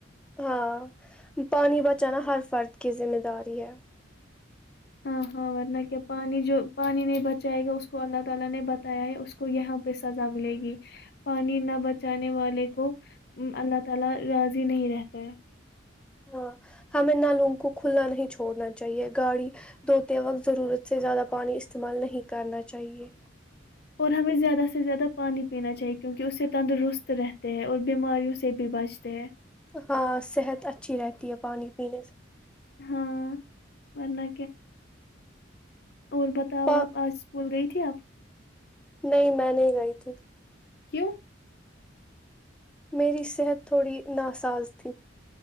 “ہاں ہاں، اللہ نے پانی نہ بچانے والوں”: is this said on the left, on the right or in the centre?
Left